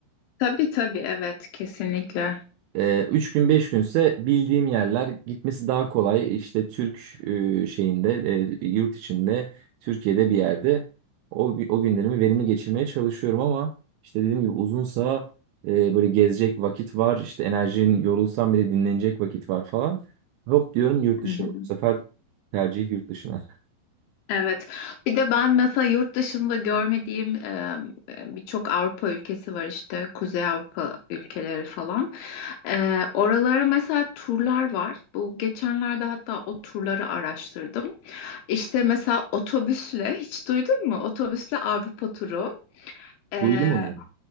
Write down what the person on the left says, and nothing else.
Tabii tabii evet kesinlikle.
Hı hı.
Evet. Bir de ben mesela yurt dışında görmediğim e, e, birçok Avrupa ülkesi var işte Kuzey Avrupa ülkeleri falan. E, oralara mesela turlar var. Bu geçenlerde hatta o turları araştırdım. İşte mesela otobüsle hiç duydun mu? Otobüsle Avrupa turu. Ee,